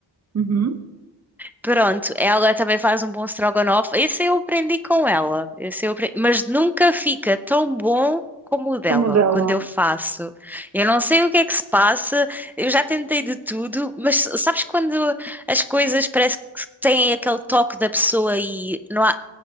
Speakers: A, on the right; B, in the centre.
A: Uhum,
B: Pronto, ela também faz um bom strogonoff. Esse eu aprendi com ela. Esse eu apre- Mas nunca fica tão bom como o dela,
A: como o dela.
B: quando eu faço. Eu não sei o que é que se passa, eu já tentei de tudo, mas sabes quando as coisas parece que têm aquele toque da pessoa e não há...